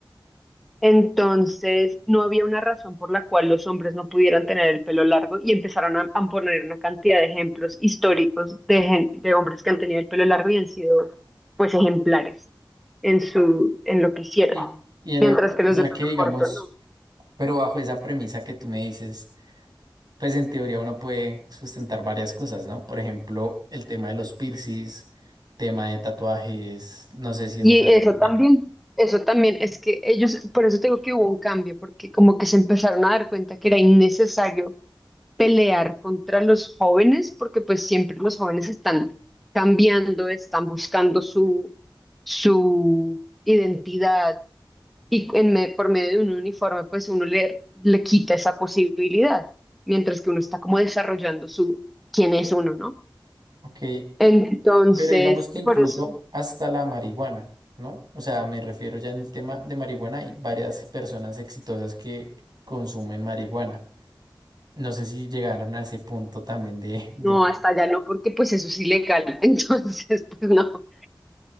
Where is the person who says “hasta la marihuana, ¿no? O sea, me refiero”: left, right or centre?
Right